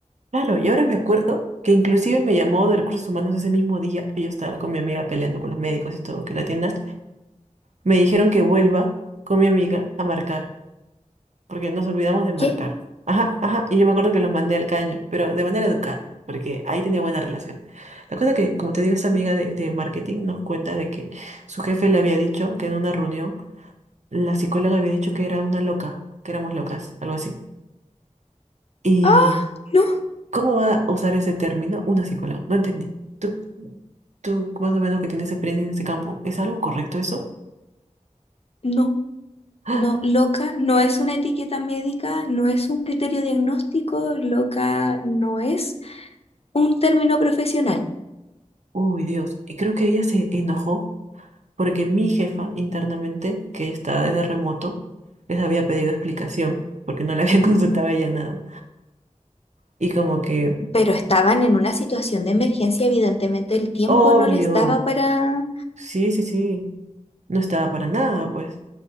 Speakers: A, on the right (about 65°); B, on the left (about 50°).
A: Claro, y ahora me acuerdo que inclusive me llamó de recursos humanos ese mismo día que yo estaba con mi amiga peleando con los médicos y todo, que la atiendan. Me dijeron que vuelva con mi amiga a marcar. porque nos olvidamos de marcar.
B: ¿Qué?
A: Ajá, ajá, y yo me acuerdo que los mandé al caño, pero de manera educada, porque ahí tenía buena relación. La cosa que, como te digo, esta amiga de, de marketing nos cuenta de que su jefe le había dicho que en una reunión la psicóloga había dicho que era una loca, que éramos locas, algo así. ¿Y
B: Ah, no,
A: cómo va a usar ese término una psicóloga? No entendí. ¿Tú, tú más o menos que tienes experiencia en ese campo, ¿es algo correcto eso?
B: no.
A: <gasps>
B: No,
A: ¡Ah!
B: loca no es una etiqueta médica, no es un criterio diagnóstico, loca no es un término profesional,
A: Uy, Dios. Y creo que ella se enojó porque mi jefa internamente, que está desde remoto, les había pedido explicación, porque no le habían <laughs> consultado a ella nada. Y como que,
B: pero estaban en una situación de emergencia, evidentemente el tiempo
A: obvio,
B: no les daba para...
A: sí, sí, sí, no estaba para nada, pues.